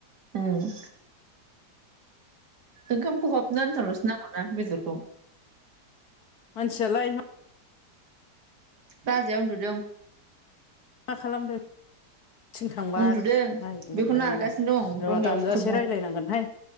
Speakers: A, on the right (about 70°); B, on the left (about 60°).
A: उम- ओंखाम खहाबनो आथारल'सो नांगौ ना बेदरखौ
B: मानसियालाय <inaudible>
A: राजाया उन्दुदों
B: मा खालामदों थिं थांबा
A: उन्दुदों
B: नायनो मोननाय
A: बेखौ नारगासिनो
B: नङा
A: दं
B: र
A: रंगायाव
B: दानजासे
A: फुथुबदों
B: रायज्लायनांगोनहाय